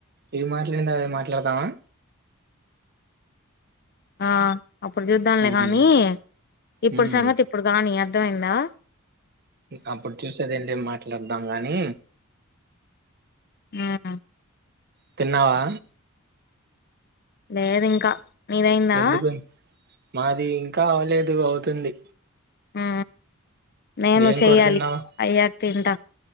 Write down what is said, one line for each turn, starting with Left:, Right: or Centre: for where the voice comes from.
Right: ఇది మాట్లాడిందా అది మాట్లాదామ
Left: ఆ అప్పుడు చూద్దానులే
Right: ఉమ్
Left: గానీ ఇప్పుడు
Right: ఉమ్
Left: సంగతి ఇప్పుడు గానీ అ అర్థమయిందా
Right: అప్పుడు చూసేదెం లేదు మాట్లాడదాం గాని
Left: ఉమ్
Right: తిన్నావా
Left: లేదింకా నీదయిందా
Right: ఎందుకు మాది ఇంకా అవలేదు అవుతుంది
Left: ఆ నేను
Right: ఏం
Left: చెయ్యాలి
Right: కూర తిన్నావ్
Left: అయ్యాక తింట